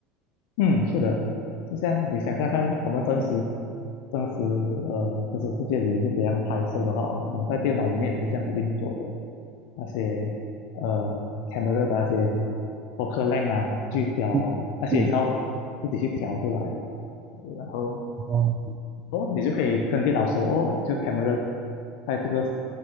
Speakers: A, on the left (about 70°); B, on the right (about 35°).
A: 嗯，是的，就像你想象看，我们真实真实呃真实世界里是怎样拍摄的话，我们在电脑里面也是这样子运作的。那些呃 camera 的那些 focal l e n g 啊、聚焦啊，
B: 嗯，
A: 那些也是要自己去调出来。
B: 嗯，
A: 然后
B: 哦
A: 哦，你就可以跟电脑说哦，这个 camera 在这个